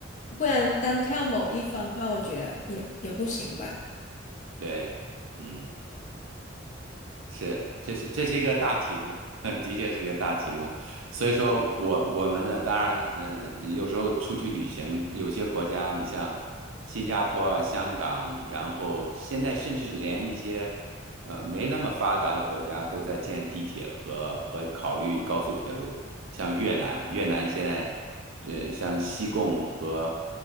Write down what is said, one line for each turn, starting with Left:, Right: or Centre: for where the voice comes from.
Left: 不然单靠某一方的话，我觉得也也不行吧。
Right: 对，嗯。是，这是这是一个大题目，<laughs> 的确是个大题目。所以说我我们呢，当然，嗯、有时候出去旅行，有些国家，你像新加坡、香港，然后现在甚至连一些呃没那么发达的国家都在建地铁和和考虑高速铁路，像越南，越南现在呃像西贡和